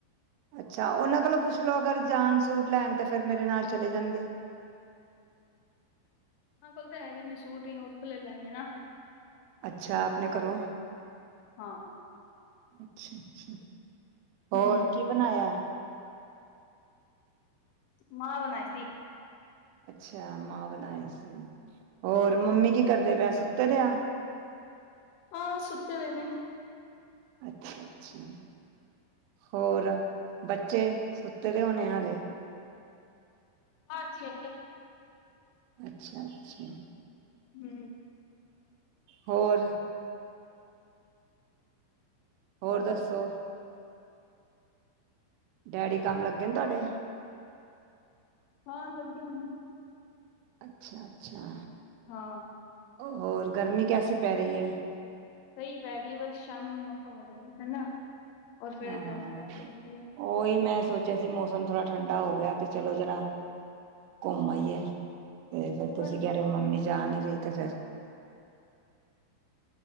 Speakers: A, on the right (about 90°); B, on the left (about 85°).
A: ਅੱਛਾ ਉਹਨਾਂ ਕੋਲੋਂ ਪੁੱਛ ਲੋ ਅਗਰ ਜਾਣ ਸੂਟ ਲੈਣ ਤੇ ਫੇਰ ਮੇਰੇ ਨਾਲ ਚਲੇ ਜਾਣਗੇ।
B: ਹਾਂ ਕੋਲ ਤਾਂ ਹੈਗੇ ਨੇ ਸੂਟ ਜਾਂ ਉੱਥੋਂ ਲਲਣ ਗਏ ਨਾ।
A: ਅੱਛਾ ਆਪਣੇ ਘਰੋਂ
B: ਹਾਂ
A: ਅੱਛਾ ਅੱਛਾ ਹੋਰ
B: ਹੂੰ,
A: ਕੀ ਬਣਾਇਆ ।
B: ਮਾਂਹ ਬਣਾਈ ਸੀ।
A: ਅੱਛਾ ਮਾਂਹ ਬਣਾਏ ਸੀ। ਹੋਰ ਮੰਮੀ ਕੀ ਕਰਦੇ ਬੈਂਸ। ਤਰਿਆ।
B: ਹਾਂ ਸੁੱਤੇ ਹੋਏ ਨੇ।
A: ਅੱਛਾ ਅੱਛਾ ਹੋਰ ਬੱਚੇ ਸੁੱਤੇ ਦੇ ਹੋਣੇ ਹਾਲੇ।
B: ਹਾਂਜੀ
A: ਅੱਛਾ ਅੱਛਾ।
B: ਹੂੰ।
A: ਹੋਰ। ਹੋਰ
B: ਬਸ।
A: ਦੱਸੋ। ਡੈਡੀ ਕੰਮ ਲੱਗੇ ਨੇ ਤੁਹਾਡੇ।
B: ਹਾਂ ਲੱਗੇ ਹੋਏ ਨੇ।
A: ਅੱਛਾ ਅੱਛਾ।
B: ਹਾਂ
A: ਔ ਹੋਰ ਗਰਮੀ ਕੈਸੀ ਪੈ ਰਹੀ ਹੈ।
B: ਸਹੀ ਪੈ ਰਹੀ ਬਸ ਸ਼ਾਮੀ ਮੌਸਮ ਹੋ ਜਾਂਦਾ ਠੰਡਾ। ਔਰ ਫੇਰ
A: ਹਾਂ
B: ਗਰਮੀ ਪੈਣ ਲੱਗ ਜਾਂਦੀ ਹੈ।
A: ਉਹੀ ਮੈਂ। ਸੋਚਿਆ ਸੀ ਮੌਸਮ ਥੋੜਾ ਠੰਡਾ ਹੋ ਗਿਆ ਤੇ ਚਲੋ ਜਰਾ ਘੁੰਮ ਆਈਏ। ਤੇ ਫਿਰ
B: ਹੋਰ
A: ਤੁਸੀਂ ਕਹਿ ਰਹੇ ਹੋ ਮੰਮੀ ਜਾ ਨੀਂ ਰਹੀ ਤੇ ਫਿਰ।